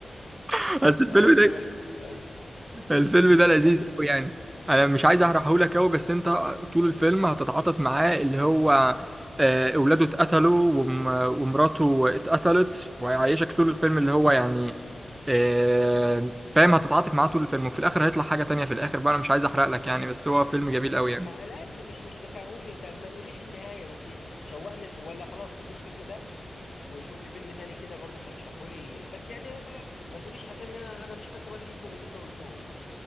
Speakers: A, on the right; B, on the left.
A: <laughs> بس الفيلم
B: طيب
A: ده
B: تمام طيب.
A: الفيلم ده لذيذ
B: ايوه
A: قوي يعني انا مش عايز احرقه لك قوي بس انت طول الفيلم هتتعاطف معاه اللي هو آه، اولاده اتقتلوا وم- ومراته اتقتلت وهيعيشك طول الفيلم اللي هو يعني آه، فاهم هتتعاطف معاه طول الفيلم وفي الاخر هيطلع حاجة تانية في الاخر بقى انا مش عايز احرق لك يعني بس هو فيلم جميل قوي يعني
B: طب ما لا انت مش مش هتحرقهولي انت ما تقوليش النهايه بس شوقنا ال- ولا خلاص سيب الفيلم ده وشوف لي فيلم تاني كده برضو ترشحهولي بس يعني ما ما تقوليش اسامي إن انا انا مش فاكر ولا اسم من اللي انت قلتهم